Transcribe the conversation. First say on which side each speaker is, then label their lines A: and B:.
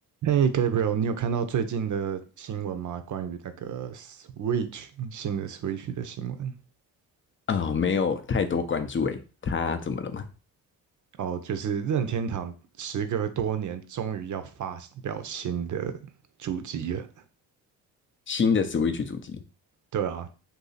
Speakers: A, on the right (about 40°); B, on the left (about 25°).
A: 嘿 Gabriel，你有看到最近的新闻吗？关于那个 Switch 新的 Switch 的新闻
B: 啊、没有太多关注诶，它怎么了吗？
A: 哦，就是任天堂时隔多年终于要发表新的主机了。
B: 新的 Switch 主机？
A: 对啊，